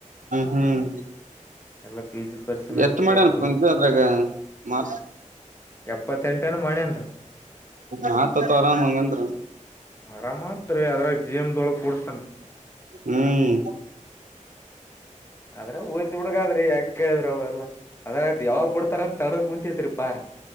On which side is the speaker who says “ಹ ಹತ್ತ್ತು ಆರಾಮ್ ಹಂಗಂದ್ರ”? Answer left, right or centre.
Right